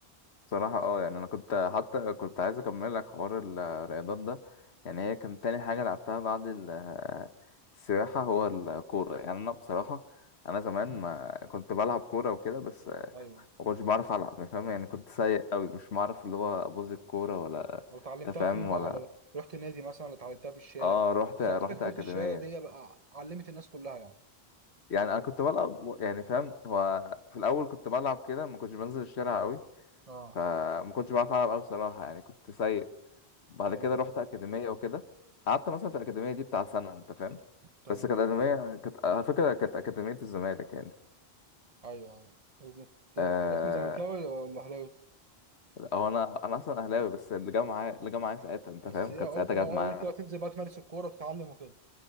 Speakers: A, on the left; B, on the right.
A: بصراحة اه يعني انا كنت حتى كنت عايز اكمل لك حوار الرياضات ده يعني هي كان تاني حاجة لعبتها بعد ال- السباحة هو الكورة يعني انا بصراحة انا زمان
B: مم.
A: ما كنت بلعب كورة وكده بس
B: أيوه
A: ما كنتش بعرف العب يعني فاهم يعني كنت سيء قوي مش بعرف اللي هو ابوظ الكورة ولا
B: مم. لو اتعلمتها
A: تفهم
B: فين بقى
A: ولا
B: ولا رحت نادي مثلا ولا اتعلمتها في الشارع
A: اه رحت
B: بس
A: رحت
B: أعتقد كرة
A: اكاديمية
B: الشارع دي بقى علمت الناس كلها يعني
A: يعني انا كنت بلعب يعني فاهم هو في الاول كنت بلعب كده ما كنتش بنزل الشارع قوي
B: اه
A: فما كنتش بعرف العب قوي بصراحه يعني كنت سيء بعد
B: ايوه
A: كده رحت اكاديميه وكده قعدت مثلا في الاكاديميه دي بتاع سنه انت فاهم
B: تمام
A: بس كانت اكاديميه كانت على فكره كانت اكاديميه الزمالك يعني
B: أيوه أيوه
A: آه...
B: اسم زملكاوي ولا أهلاوي
A: هو انا انا اصلا اهلاوي بس اللي جه معايا اللي جه معايا ساعتها انت
B: بس
A: فاهم
B: إيه
A: كانت
B: قلت
A: ساعتها
B: بقى
A: جت
B: قلت
A: معايا
B: بقى تنزل بقى تمارس الكورة وتتعلم وكده